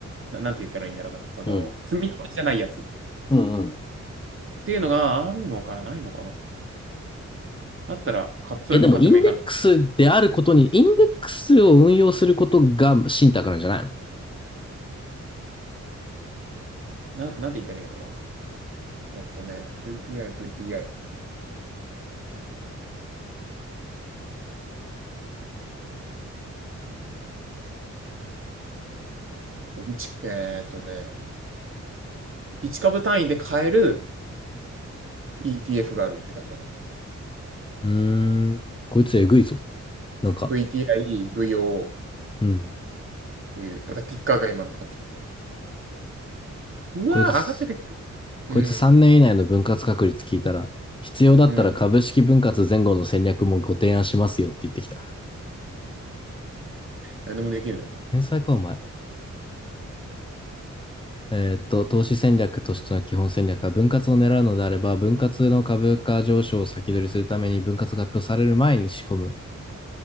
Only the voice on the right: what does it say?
な、なんて言ったらいいんだろうな。その、
積み立てじゃないやつっ
ていうのがあるのかな、ないのかな。あったら、か、そういうの買ってもいいかな。
な、なんて言ったらいいのな。えっとね、VTI、VTI。一えーっとね、1株単位で買える ETF があるって感じかな。
VTI、VO っ
ていう、またキッカーが今の2つだけど。うわー、
上がっててくる。
うん、
うん。何でもできるね。